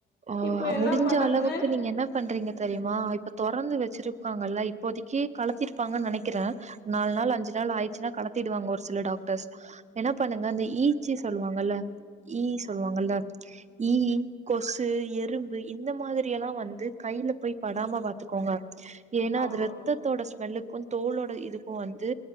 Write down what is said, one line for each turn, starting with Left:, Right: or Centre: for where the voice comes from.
Right: ஆ
Left: இப்ப என்ன
Right: முடிஞ்ச
Left: பண்றதுன்னு
Right: அளவுக்கு நீங்க என்ன பண்றீங்க தெரியுமா இப்ப தொறந்து வச்சிருக்காங்கல்ல இப்போதைக்கி கலத்திருப்பாங்கன் நெனைக்கிற நாலு நாள் அஞ்சு நாள் ஆயிர்ச்னா கழத்திடுவாங்கோ ஒரு சில டாக்டர்ஸ் என்ன பண்ணுங்க அந்த ஈச்சி சொல்வாங்கல்ல ஈ சொல்வாங்கல்ல ஈ கொசு எறும்பு இந்த மாதிரியல்லா வந்து கைல போயி படாம பாத்துக்கோங்க ஏனா
Left: ஆமா
Right: அது ரத்தத்தோட ஸ்மெல்லுக்கு தோலோட இதுக்கு வந்து